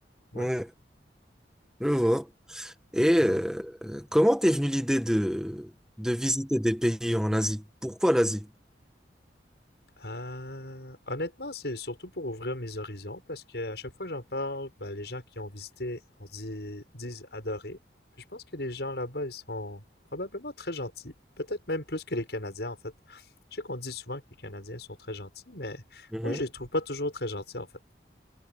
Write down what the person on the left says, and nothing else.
Ouais,
ouais.
Euh, honnêtement, c'est surtout pour ouvrir mes horizons parce que à chaque fois que j'en parle, ben, les gens qui ont visité on dit, disent adorer. Puis je pense que les gens là-bas, ils sont probablement très gentils, peut-être même plus que les Canadiens en fait. Je sais qu'on dit souvent que les Canadiens sont très gentils, mais
moi je les trouve pas toujours très gentils en fait.